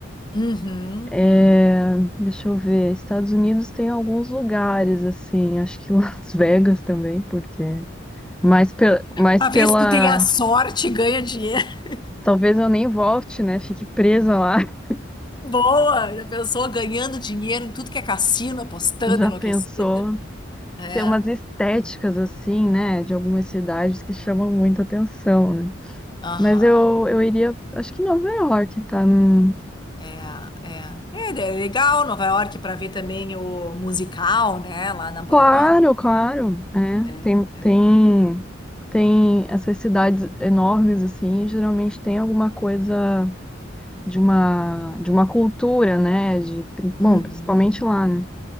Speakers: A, on the left; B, in the centre.
A: Uhum,
B: É,
A: uhum.
B: deixa eu ver, Estados Unidos tem alguns lugares assim, acho que <laughs> Las Vegas também, porque mais pela, mais
A: Pra
B: pela,
A: ver se tu tem a sorte e ganha dinheiro. <laughs>
B: talvez eu nem volte, né? Fique presa lá. <laughs>
A: Boa! Já pensou ganhando dinheiro em tudo que é cassino, apostando,
B: Já
A: enlouquecida?
B: pensou?
A: É.
B: que tem umas estéticas assim, né, de algumas cidades que chamam muita atenção, né?
A: Aham.
B: Mas eu, eu iria, acho que Nova York tá no
A: É, é. É, é legal Nova York para ver também o musical, né? Lá na Broadway.
B: Claro, claro, é.
A: É,
B: Tem,
A: é.
B: tem, tem essas cidades enormes assim, geralmente tem alguma coisa de uma, de uma cultura, né, de,
A: Uhum.
B: bom, principalmente
A: uhum.
B: lá, né?